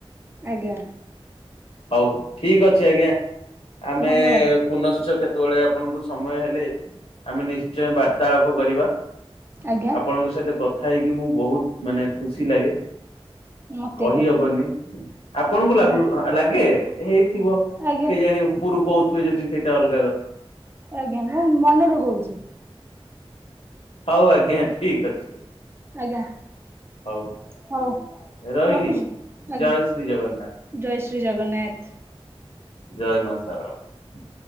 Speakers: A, on the right; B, on the left.
A: ଆଜ୍ଞା
B: ହଉ ଠିକ ଅଛି ଆଜ୍ଞା, ଆମେ
A: ଧନ୍ୟବାଦ
B: ପୁନଶ୍ଚ କେତେ ତେଳେ ଆପଣଙ୍କୁ ସମୟ ହେଲେ, ଆମେ ନିଶ୍ଚୟ ବାର୍ତ୍ତାଳାପ କରିବା
A: ଆଜ୍ଞା
B: ଆପଣଙ୍କ ସହିତ କଥା ହେଇକି ମୁଁ ବହୁତ ମାନେ ଖୁସି ଲାଗେ
A: ମତେ
B: କହି
A: ବି
B: ହବନି, ଆପଣଙ୍କୁ ଲାଗୁ
A: ମୁଁ
B: ଆଗେ ହେଇଥିବ,
A: ଆଜ୍ଞା
B: କେଜାଣି -ଉପରୁ କହୁଥିବେ ଯଦି ସେଇଟା ଅଲଗା କଥା।
A: ଆଜ୍ଞା ମନରୁ କହୁଛି।
B: ହଉ, ଆଜ୍ଞା ଠିକ ଅଛି।
A: ଆଜ୍ଞା,
B: ହଉ
A: ହଉ
B: ରହିଲି
A: ରଖୁଛି ଆଜ୍ଞା,
B: ଜୟ ଶ୍ରୀ ଜଗନ୍ନାଥ
A: ଜୟ ଶ୍ରୀ ଜଗନ୍ନାଥ
B: ଜୟ ମା ସାରଳା।